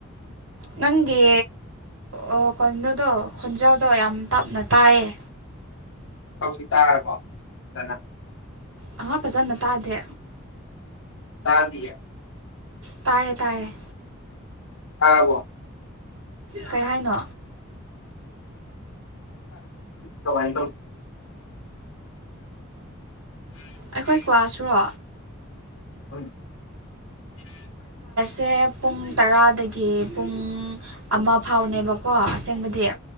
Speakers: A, on the right; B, on the left.
A: ꯅꯪꯦ ꯑꯣ ꯀꯩꯅꯣꯗꯣ ꯈꯣꯟꯖꯥꯎꯗꯣ ꯌꯥꯝ ꯇꯞꯅ ꯇꯥꯏꯌꯦ
B: ꯍꯧꯖꯤꯛ ꯇꯥꯔꯕꯣ ꯐꯖꯅ
A: ꯑ ꯐꯖꯅ ꯇꯥꯗꯦ
B: ꯇꯥ ꯂ
A: ꯇꯥꯔꯦ ꯇꯥꯔꯦ
B: ꯇꯕꯣ
A: ꯀꯔꯤ ꯍꯥꯏꯅꯣ
B: ꯃꯥꯏꯕ
A: ꯑꯩꯈꯣꯏ ꯀ꯭ꯂꯥꯁꯔꯣ
B: ꯍ
A: ꯁꯦ ꯄꯨꯡ ꯇꯔꯥꯗꯒꯤ ꯄꯨꯡ ꯑꯃ ꯐꯥꯎꯅꯦꯕ ꯀꯣ ꯑꯁꯦꯡꯕꯗꯤ